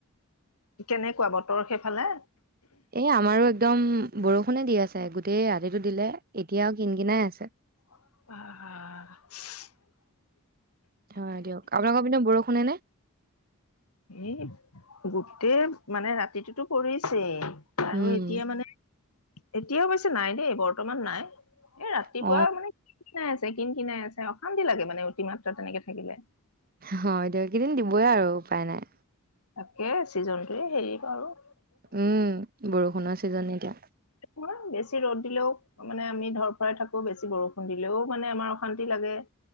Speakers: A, on the left; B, on the right.
A: কেনেকুৱা বতৰ সেইফালে?
B: এ' আমাৰো একদম বৰষুণে দি আছে। গোটেই ৰাতিটো দিলে। এতিয়া কিন-কিনাই আছে।
A: <unintelligible>
B: হয় দিয়ক। আপোনালোকৰ পিনে বৰষুণে নে?
A: এ' গোটেই মানে, ৰাতিটো তো পৰিছেই। আৰু
B: উম
A: এতিয়া মানে এতিয়া অৱশ্যে নাই দেই, বৰ্তমান নাই। এ' ৰাতিপুৱা
B: অ
A: মানে, কিন-কিনাই আছে। কিন-কিনাই আছে। অশান্তি লাগে মানে, অতিমাত্ৰ তেনেকে থাকিলে।
B: হয় দিয়ক। এইকেইদিন দিবই আৰু, উপায় নাই।
A: তাকেই ছিজনটোৱে হেৰি আৰু।
B: উম বৰষুণৰ ছিজন এতিয়া।
A: তোমাৰ বেছি ৰ'দ দিলেও মানে আমি ধৰফৰা থাকো বেছি বৰষুণ দিলেও মানে আমাৰ অশান্তি লাগে।